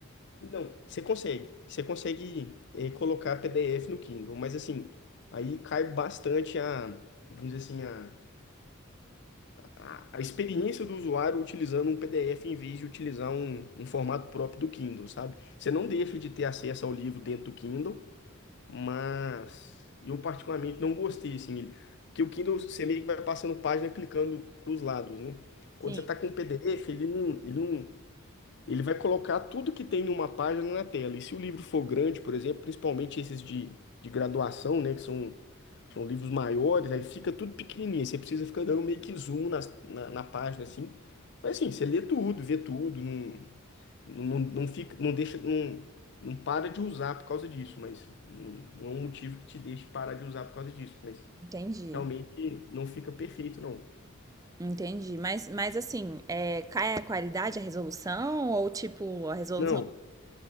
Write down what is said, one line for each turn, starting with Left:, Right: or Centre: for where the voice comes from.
Left: Não, você consegue. Você consegue eh, colocar PDF no Kindle, mas assim, aí cai bastante a, vamos dizer assim, a, a, a experiência do usuário utilizando um PDF em vez de utilizar um, um formato próprio do Kindle, sabe? Você não deixa de ter acesso ao livro dentro do Kindle, mas eu particularmente não gostei, assim, ele- porque o Kindle você meio que vai passando página clicando para os lados, né?
Right: Sim,
Left: Quando você está com o PDF, ele não, ele não Ele vai colocar tudo que tem em uma página na tela. E se o livro for grande, por exemplo, principalmente esses de, de graduação, né, que são, são livros maiores, aí fica tudo pequenininho. Você precisa ficar dando meio que zoom nas- na, na, página, assim. Mas assim, você lê tudo, vê tudo, não, não, não fica, não deixa, não, não para de usar por causa disso, mas não, não é um motivo que te deixe parar de usar por causa disso, mas
Right: entendi.
Left: realmente não fica perfeito, não.
Right: Entendi. Mas, mas assim, é, cai a qualidade, a resolução? Ou tipo, a resolução
Left: Não.